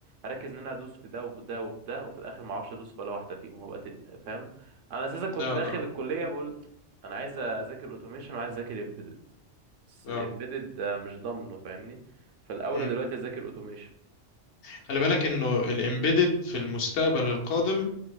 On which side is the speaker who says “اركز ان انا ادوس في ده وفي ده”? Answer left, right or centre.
Right